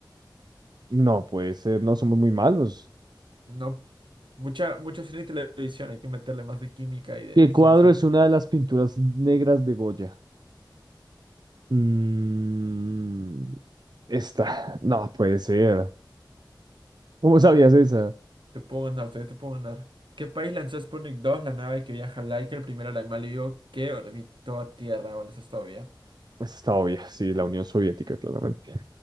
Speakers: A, on the right; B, on the right.
A: No puede ser, no, somos muy malos.
B: No. Mucha, mucho cine y televisión. Hay que meterle más de química y de
A: ¿Qué
B: ciencias.
A: cuadro es una de las pinturas negras de Goya? Mm, esta, <laughs> no puede ser. ¿Cómo sabías esa?
B: Te puedo ganar, todavía te puedo ganar. ¿Qué país lanzó Sputnik dos la nave que viaja Laika, el primer animal vivo que orbitó a Tierra? Bueno, eso es todavía.
A: Esta está obvia, sí, la Unión Soviética, claramente.